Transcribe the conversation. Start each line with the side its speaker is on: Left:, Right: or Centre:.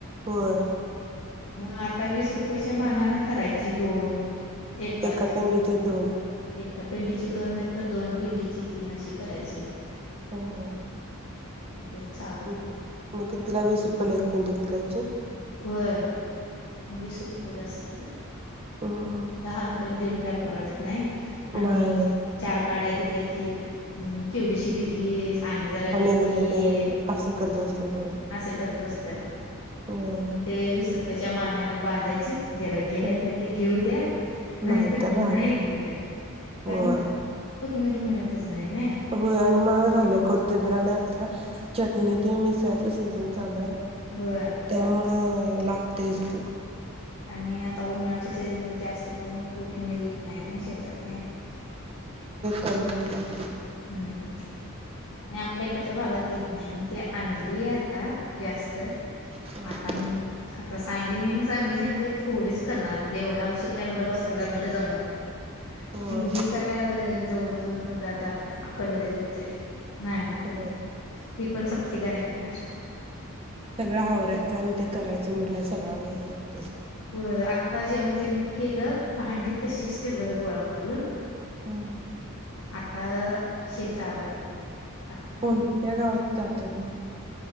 Right: होय
Left: मग आता वीस रुपयाच्या मनान करायची दोन एकाचे
Right: एका पेंडीचे दोन..
Left: एका पिंडीची दोन नाही तर दोन पिंडीची तीन अशी करायची
Right: हो हो
Left: ते चालू आहे
Right: मग
Left: आता
Right: मग कितीला वीस रुपये ला एक पेंडी विकायचीत.
Left: होय वीस रुपयलाच की
Right: हम्म हम्म
Left: दहा रुपयाने देऊन काय आपलं अडत नाई.. आणि
Right: नाही होय
Left: चार.. काड्या दिल्या की केवडीशी दिलीस आणि जरा देकी
Right: एकदा ते असं करत बसत्यात होय
Left: असं करत बसत्याता
Right: होय
Left: ती वीस रुपयाच्या मानण्यान बांधायची. ज्याला घ्यायचंय
Right: हम्म
Left: ते घेऊ द्यात नाहीतर
Right: नाही तर
Left: नाही
Right: राहू दे
Left: घेऊ द्यात कारण
Right: होय
Left: र <unintelligible> मिळतच नाही ना
Right: होय आणि महाग झालीय कोतिंबिर आणि आता चटणी ते मिसळायचं सीझन चालू आहे.
Left: होय
Right: त्यामुळं लागतंयच की,
Left: आणि आता उन्हाच्या सीझनमध्ये जास्त... खुडून कोथमीर येत नाही ना शेतात ने.....
Right: करपलेल
Left: हम्म आणि आपल्या इकच्या भागात इत नाही मग ते आणलीय आता जास्त
Right: हा
Left: आता
Right: हा
Left: म्हण. आता सांगितले मी मी सांगितल थोडीच करणार म्हणले एवढा उशीर काय मला बसायला म्हणलं जमत नाही म्हणलं
Right: होय
Left: एवढी करा जवळ जवळ म्हटलं आता अखंड दिवस जाईल. नाही म्हणलं
Right: होय
Left: त ती.... पण संपती का नाही कुणास ठाऊ...
Right: सगळं आवरायचं आणि ते करायचं म्हटलं सगळ्या वेळ त्यात
Left: होय आ आता जेवन त्यांने केलं.... भांडी तशीच
Right: हम्म
Left: ठेवल्यात गोळा.. करून
Right: <inaudible>
Left: आता शी चालू हाय.
Right: कोणत्या गावात जात्यात मग?